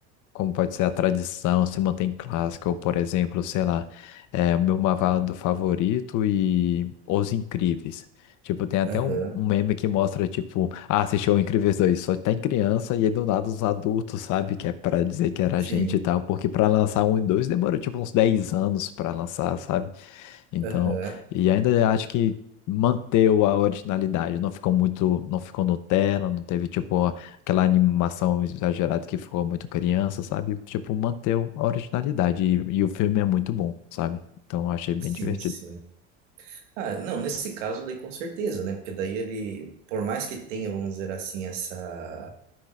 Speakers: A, on the left; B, on the right.
A: como pode ser a tradição, se mantém clássica, ou por exemplo, sei lá, é, o meu malvado favorito e Os Incríveis. Tipo, tem até
B: Aham.
A: um, um meme que mostra, tipo, ah, assistiu o Incríveis 2 só tem criança e aí do nada os adultos, sabe? Que é pra dizer que era
B: Sim.
A: gente e tal, porque pra lançar um e dois demorou, tipo, uns 10 anos pra lançar, sabe? Então,
B: Aham.
A: e ainda acho que manteu a originalidade, não ficou muito, não ficou Nutella, não teve tipo aquela animação exagerada que ficou muito criança, sabe? Tipo, manteu a originalidade e, e o filme é muito bom, sabe? Então, eu achei bem
B: Sim,
A: divertido.
B: sim. Ah, não, nesse caso daí com certeza, né? Porque daí ele, por mais que tenha, vamos dizer assim, essa,